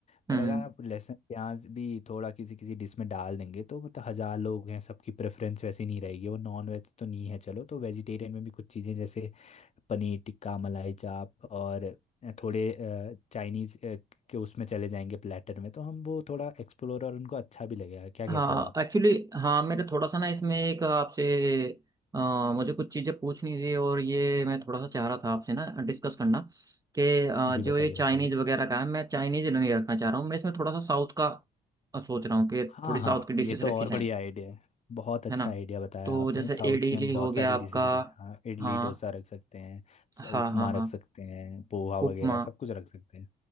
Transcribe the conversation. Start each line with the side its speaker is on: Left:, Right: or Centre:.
Left: पर
Right: हम्म
Left: अगर आप लहसुन प्याज भी थोड़ा किसी किसी डिश में डाल देंगे तो मतलब हजार लोग हैं सबकी प्रेफरेंस वैसी नहीं रहेगी वो नॉन वेज तो नहीं है चलो तो वेजिटेरियन में भी कुछ चीज़ें जैसे पनीर टिक्का मलाई चाप और थोड़े चाइनीज़ के उसमें चले जाएंगे प्लेटर में तो हम वो थोड़ा एक्सप्लोर और उनको अच्छा भी लगेगा क्या
Right: हाँ
Left: कहते हो आप
Right: एक्चुअली हाँ मेरे थोड़ा सा ना इसमें एक आपसे अ, मुझे कुछ चीज़ें पूछनी थी और ये मैं थोड़ा सा चाह रहा था आपसे ना डिस्कस करना कि अ,
Left: जी
Right: जो
Left: बताइए
Right: ये
Left: बताइए
Right: चाइनीज़ वगैरह का है मैं चाइनीज़ नहीं रखना चाह रहा हूँ मैं इसमें थोड़ा सा साउथ का अ, सोच रहा हूँ कि
Left: हाँ
Right: थोड़ी साउथ
Left: हाँ
Right: की डिशेस
Left: ये तो
Right: रखी
Left: और
Right: जाएँ
Left: बढ़िया आइडिया है बहुत अच्छा
Right: है ना
Left: आइडिया बताया
Right: तो
Left: आपने
Right: जैसे
Left: साउथ
Right: इडली
Left: की हम बहुत
Right: हो गया
Left: सारी
Right: आपका
Left: डिशेज रख हाँ इडली
Right: हाँ
Left: डोसा रख सकते हैं स-
Right: हाँ
Left: उपमा
Right: हाँ
Left: रख
Right: हाँ
Left: सकते हैं पोहा
Right: उपमा
Left: वगैरह सब कुछ रख सकते हैं